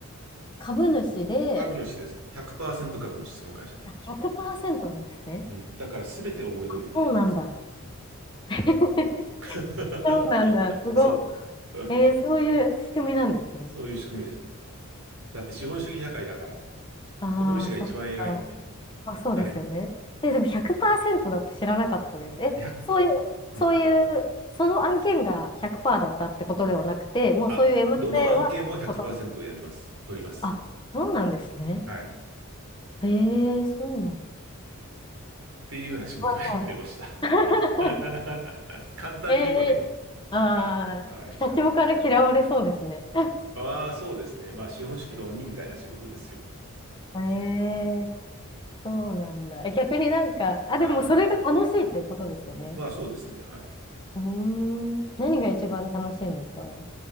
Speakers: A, on the left (about 20°); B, on the right (about 65°).
A: 株主で、
B: 株主です。100%株主、その会社の。
A: あ、100%なんですね。
B: うん。だから全て思い通りにできるんです。
A: あそうなんだ。
B: うん。
A: <laughs>
B: <laughs>
A: そうなんだ。すごっ。
B: そう。
A: えー、
B: <laughs>
A: そういう仕組みなんですね。
B: そういう仕組みです。だって資本主義社会だから、
A: ああ、
B: 株主が一番偉いんじゃないですか。
A: そっか。まあ、そうですよね。
B: だね。うん。
A: え、でも100%だって知らなかったです。え、
B: 1
A: そういう、そういう、
B: うん。
A: その案件が100%だったってことではなくて、もうそういう
B: あ、
A: M&A
B: どの案件も100%
A: はそういうこと。
B: やります。取ります。
A: あ、そうなんですね。
B: はい。っ
A: えー、そうなん
B: ていうような仕事をやってました。
A: だ。<laughs>
B: <laughs> 簡単に言うとね。
A: ええああー、
B: はい。はい。
A: 社長から嫌われそうですね。
B: はい。ああ、そうですね。まあ、資本主義の鬼みたいな仕事ですよ。
A: <laughs> ええそうなんだ。え、逆になんか、あ、
B: はい。
A: でもそれが楽しいっていうことですよね。
B: まあ、そうですね。はい。
A: うーん、
B: うん、
A: 何が一番楽しいんですか